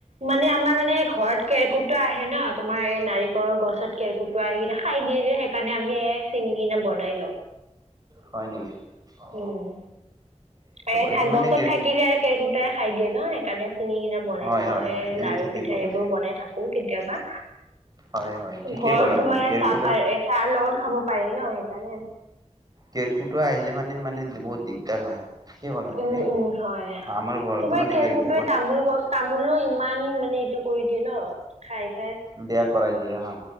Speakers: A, on the right (about 65°); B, on the right (about 30°).
A: মানে আমাৰ মানে ঘৰত কেৰকুটা আহে ন তোমাৰ এই নাৰিকলৰ গছত কেৰকুট সেই কিনে খাই দিয়ে যে সেইকাৰণে আমি এক চিঙি কিনে বনাই লওঁ
B: হয় নেকি অ
A: উম। এ
B: এই
A: গছত
B: মানে কি
A: থাকিলে আৰু কেৰকুটে খাই দিয়ে ন সেইকাৰণে চিঙি কিনে বনাই
B: হয়
A: লয়
B: হয় হয় তুমি
A: লাৰু
B: ঠিকেই
A: পিঠা
B: ক'লা
A: সেইবোৰ বনাই থাকো কেতিয়াবা
B: হয় হয় ঠিকেই
A: ঘৰত
B: ক'লা
A: তোমাৰ
B: তুমি কেৰকুটে
A: চাহ প চাহ লগত খাব পাৰি ন সেইকাৰণে
B: কেৰকুটো আহিলে মানে মানে বহুত দিগদাৰ হয় কি ক'লা তুমি
A: উম উম হয়
B: আমাৰ ঘৰতো
A: তোমাৰ
B: মানে
A: কেৰকুটাই
B: কেৰকুটুৱা
A: তামোল গছ তামোলো ইমান মানে এইটো কৰি দিয়ে ন খাই খাই
B: বেয়া কৰাই দিয়ে হা।